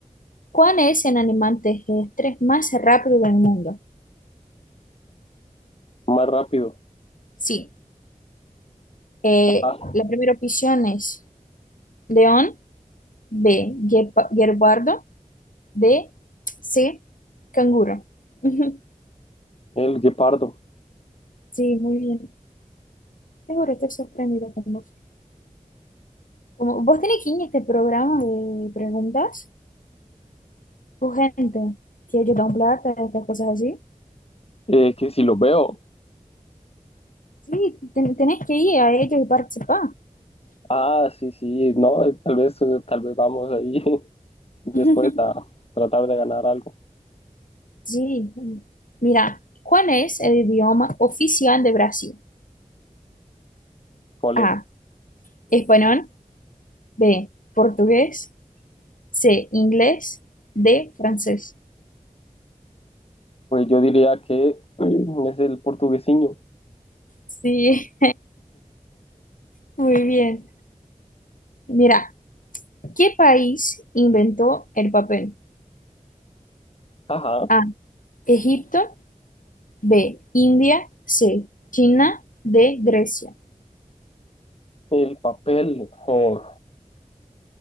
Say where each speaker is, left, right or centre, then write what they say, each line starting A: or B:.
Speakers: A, on the left; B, on the left.
A: ¿cuál es el animal terrestre más rápido del mundo?
B: Más rápido.
A: Sí, eh,
B: Ajá,
A: la primera opción es león, B, guepa- guepardo, D, C, canguro. <laughs>
B: el guepardo.
A: Sí, muy bien. Seguro, estoy sorprendida con vos. Como vos tenés que ir a este programa de preguntas tu gente que ellos dan plata, estas cosas así.
B: Eh, que si lo veo.
A: Sí, ten- tenés que ir a ellos y participar.
B: Ah, sí, sí, no, eh, tal vez, eh, tal vez vamos ahí <laughs> después
A: <laughs>
B: a tratar de ganar algo.
A: Sí. Mira, ¿cuál es el idioma oficial de Brasil?
B: ¿Cuál
A: A,
B: es?
A: español, B, portugués, C, inglés, D, francés.
B: Pues yo diría que <clears throat> es el portuguesiño.
A: Sí, <laughs> muy bien. Mira, ¿qué país inventó el papel?
B: Ajá,
A: A, Egipto, B. India. C. China. D. Grecia.
B: el papel. eh,